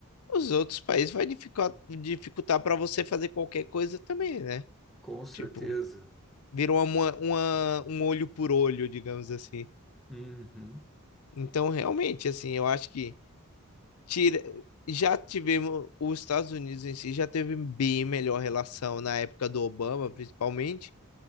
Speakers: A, on the left (about 80°); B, in the centre.
A: os outros países vai dificultar, dificultar para você fazer qualquer coisa também, né?
B: com certeza.
A: Tipo, vira uma, mo- uma, um olho por olho, digamos assim.
B: Uhum.
A: Então, realmente, assim, eu acho que tira, já tivemos, os Estados Unidos em si já teve bem melhor relação na época do Obama, principalmente